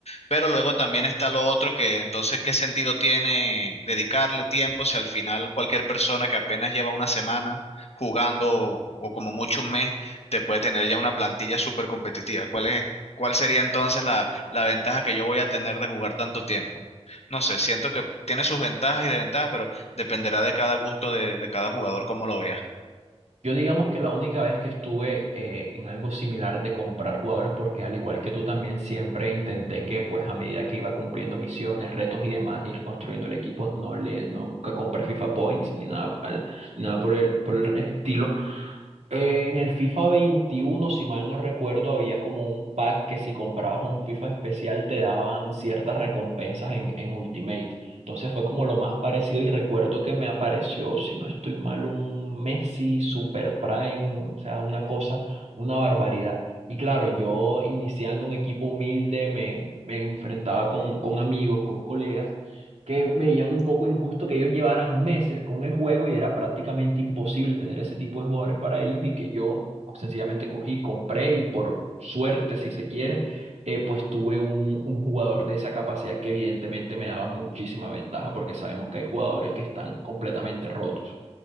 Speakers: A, on the left; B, on the right.
A: Pero luego también está lo otro que entonces, ¿qué sentido tiene dedicarle tiempo si al final cualquier persona que apenas lleva una semana jugando o, o como mucho un mes, te puede tener ya una plantilla súper competitiva? ¿Cuál es, cuál sería entonces la, la ventaja que yo voy a tener de jugar tanto tiempo? No sé, siento que tiene sus ventajas y desventajas, pero Dependerá de cada gusto de, de cada jugador cómo lo vea.
B: Yo digamos que la única vez que estuve eh, en algo similar de comprar jugadores, porque al igual que tú también siempre intenté que pues a medida que iba cumpliendo misiones, retos y demás, ir construyendo el equipo, no le, nunca compré FIFA Points ni nada, al- nada por el, por el estilo Eh, en el FIFA 21, si mal no recuerdo, había como un pack que si comprabas un FIFA especial te daban ciertas recompensas en, en Ultimate. Entonces fue como lo más parecido y recuerdo que me apareció, si no estoy mal, un Messi Super Prime, o sea, una cosa, una barbaridad. Y claro, yo iniciando un equipo humilde me, me enfrentaba con, con amigos, con colegas que veían un poco injusto que ellos llevaran meses con el juego y era prácticamente imposible tener ese tipo de jugadores para ellos y que yo sencillamente cogí, compré y por suerte, si se quiere, eh, pues tuve un, un jugador de esa capacidad que evidentemente me daba muchísima ventaja porque sabemos que hay jugadores que están completamente rotos.